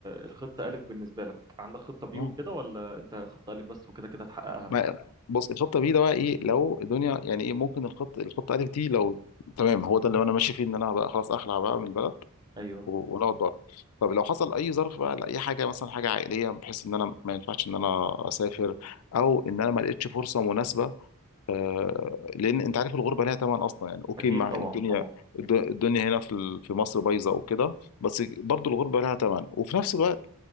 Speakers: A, on the right; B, on the left.
A: الخطة ألف بالنسبة لك عندك خطة بي
B: آه،
A: وكده ولا انت خطة ألف بس وكده كده هتحققها
B: ما بص الخطه بي ده بقى ايه لو الدنيا يعني ايه ممكن الخط الخطه الف دي لو تمام هو ده اللي انا ماشي فيه ان انا بقى خلاص اخلع بقى من البلد
A: ايوه
B: و- ونقعد بره طب لو حصل اي ظرف بقى لاي حاجه مثلا حاجه عائليه بحيث ان انا ما ينفعش ان انا اسافر او ان انا ما لقيتش فرصه مناسبه آه لان انت عارف الغربه ليها ثمن اصلا يعني اوكي
A: اكيد
B: مع
A: طبعا
B: الدنيا
A: طبعا
B: الد- الدنيا هنا في ال- في مصر بايظه وكده بس برضو الغربه لها ثمن وفي نفس الوقت